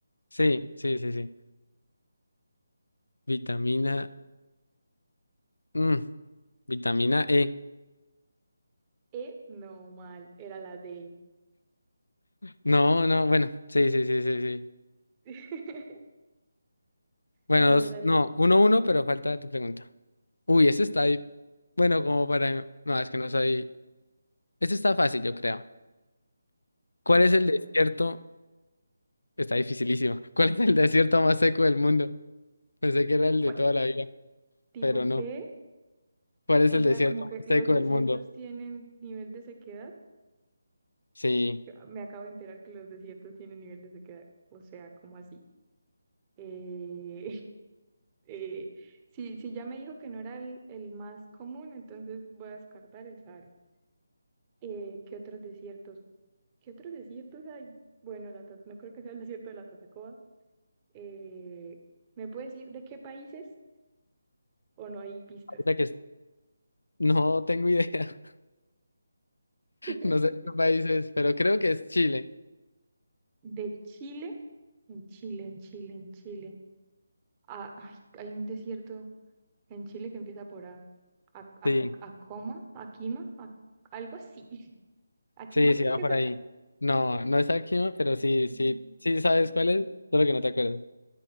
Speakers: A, on the left; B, on the right.
A: Sí, sí, sí, sí. Vitamina Mm, vitamina
B: <laughs>
A: E.
B: E, no, mal, era la D.
A: No, no, bueno, sí, sí, sí, sí, sí.
B: <laughs>
A: Bueno,
B: A ver,
A: dos,
B: dale.
A: no, uno, uno, pero falta tu pregunta. Uy, ese está ahí. Bueno, como para... No, es que no soy... Este está fácil, yo creo. ¿Cuál
B: A ver,
A: es el desierto? Está dificilísimo. <laughs> ¿Cuál es el desierto más seco del mundo? Pensé que era el
B: Cué-
A: de toda la vida,
B: ¿tipo
A: pero no.
B: qué?
A: ¿Cuál es
B: O
A: el
B: sea,
A: desierto
B: como que
A: más
B: los
A: seco
B: desiertos
A: del mundo?
B: tienen nivel de sequedad.
A: Sí,
B: Yo me acabo de enterar que los desiertos tienen nivel de sequedad. O sea, como así? Eh, <laughs> eh, si, si ya me dijo que no era el, el más común, entonces voy a descartar el Sahara. Eh, ¿qué otros desiertos? ¿Qué otros desiertos hay? Bueno, la Ta- no creo que sea el desierto de la Tatacoa. Eh, ¿me puedes decir de qué países o no hay pistas?
A: ahorita que... es- No tengo idea. <laughs>
B: <laughs>
A: No sé qué países, pero creo que es Chile.
B: ¿De Chile? En Chile, en Chile, en Chile. Ah, ay, hay un desierto en Chile que empieza por A. A, a,
A: Sí.
B: Acoma, Aquima, a- algo así. <laughs> Aquima
A: Sí, sí,
B: creo
A: va
B: que
A: por
B: es... a-
A: ahí. No, no es Akima, pero sí,
B: Aquima,
A: sí, sí sabes
B: Acoma.
A: cuál es, solo que no te acuerdas.